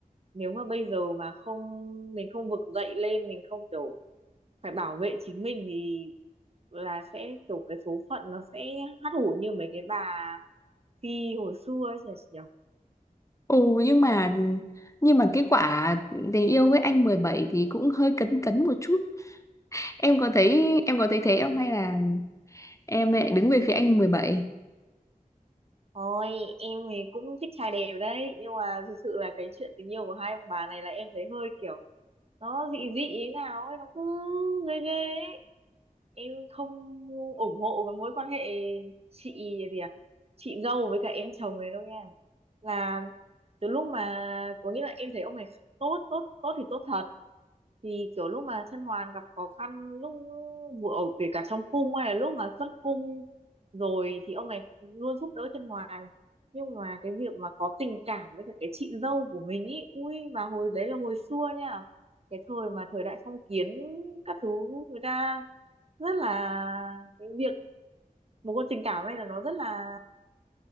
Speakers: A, on the right; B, on the left.
A: nếu mà bây giờ mà không mình không vực dậy lên mình không kiểu phải bảo vệ chính mình thì là sẽ kiểu cái số phận nó sẽ hắt hủi như mấy cái bà phi hồi xưa ấy nhỉ
B: Ừ nhưng mà nhưng mà cái quả tình yêu với anh mười bảy thì cũng hơi cấn cấn một chút. Em có thấy em có thấy thế không hay là em lại đứng về phía anh mười bảy?
A: ôi em thì cũng thích trai đẹp đấy Nhưng mà thực sự là cái chuyện tình yêu của hai ông bà này là em thấy hơi kiểu Nó dị dị thế nào ấy Nó cứ ghê ghê ấy Em không ủng hộ cái mối quan hệ chị gì à Chị dâu với cả em chồng này đâu nha Là từ lúc mà có nghĩa là em thấy ông này tốt tốt tốt thì tốt thật thì kiểu lúc mà Chân Hoàn gặp khó khăn lúc vừa ở kể cả trong cung hay là lúc mà xuất cung rồi thì ông này luôn giúp đỡ chân Hoàng nhưng mà cái việc mà có tình cảm với cả cái chị dâu của mình ý ui mà hồi đấy là hồi xưa nha cái thời mà thời đại phong kiến các thứ người ta rất là cái việc một con tình cảm này là nó rất là